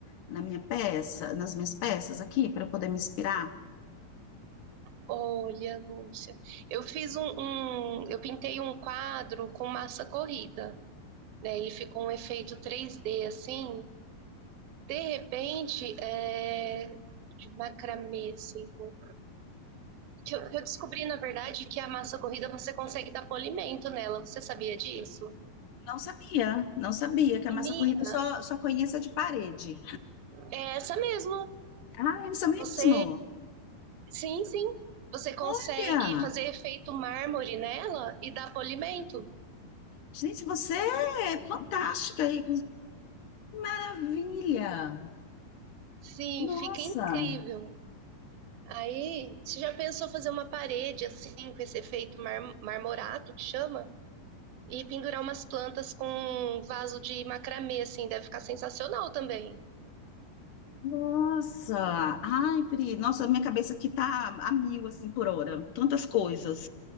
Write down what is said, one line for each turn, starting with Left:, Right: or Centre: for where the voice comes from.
Left: na minha peça, nas minhas peças aqui, para eu poder me inspirar?
Right: Olha, Lúcia, eu fiz um, um- eu pintei um quadro com massa corrida, né? Ele ficou um efeito 3D, assim. De repente, é, de macramê, assim, com- que eu, que eu descobri, na verdade, que a massa corrida você consegue dar polimento nela. Você sabia disso?
Left: Não sabia, não sabia que a
Right: Menina,
Left: massa corrida eu só, só conheço a de parede.
Right: é essa mesmo.
Left: Ah, é isso mesmo?
Right: Você, sim, sim, você consegue
Left: Olha,
Right: fazer efeito mármore nela e dar polimento.
Left: gente, você é fantástica aí. maravilha!
Right: Sim,
Left: Nossa,
Right: fica incrível. Aí, você já pensou fazer uma parede assim, com esse efeito mar- marmorato que chama? E pendurar umas plantas com um vaso de macramê, assim, deve ficar sensacional também.
Left: nossa. Ai, Pri, nossa, minha cabeça aqui tá a mil, assim, por hora. Tantas coisas.